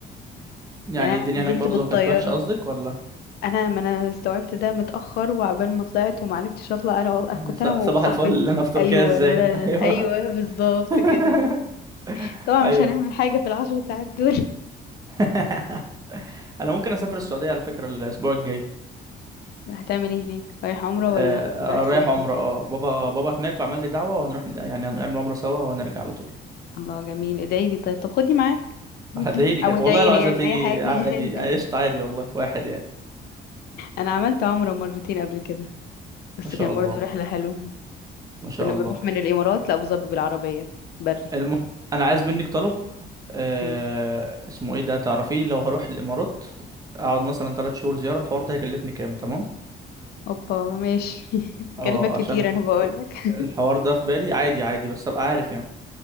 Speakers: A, on the right (about 20°); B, on the left (about 65°).
A: يعني
B: يعني انا
A: الدنيا
B: نزلت
A: هناك برضو
B: بالطيارة
A: كانت وحشه قصدك ولا
B: انا ما انا استوعبت ده متاخر وعبال ما طلعت وما عرفتش اطلع انا والله
A: <laughs>
B: كنت
A: س-
B: انا وصاحبتي
A: صباح الفل <laughs> اللي انا في تركيا
B: ايوه
A: ازاي
B: لا لا
A: ايوه
B: لا ايوه بالظبط
A: <laughs>
B: كده طبعا
A: ايوه
B: مش هنعمل حاجه في العشر ساعات دول <laughs>
A: <laughs> انا ممكن اسافر السعوديه على فكره الاسبوع الجاي
B: هتعمل ايه هناك رايح عمره
A: آه،
B: ولا رايح سياحه
A: رايح عمره اه بابا بابا هناك وعمل لي دعوه وهنروح ن- يعني هنعمل عمره سوا وهنرجع على طول
B: الله جميل ادعي لي طيب طب خدني معاك <laughs>
A: هديلي كده
B: او ادعي
A: والله لو
B: لي
A: عايزة
B: يعني
A: تيجي
B: اي حاجه
A: عادي
B: <laughs>
A: عشت عادي والله واحد يعني
B: انا عملت عمره مرتين قبل كده بس
A: ما شاء
B: كان
A: الله
B: برضه رحله حلوه
A: ما شاء
B: كنا
A: الله
B: بنروح من الامارات لابو ظبي بالعربيه بري
A: المهم أنا عايز منك طلب آه...
B: قولي.
A: اسمه إيه ده تعرفيه لو هروح الإمارات أقعد مثلا تلات شهور زيارة الحوار ده هيكلفني كام تمام؟
B: اوبا ماشي <laughs> هكلفك
A: اه
B: كتير
A: عشان الح...
B: انا بقولك
A: الحوار ده في بالي عادي عادي بس أبقى عارف يعني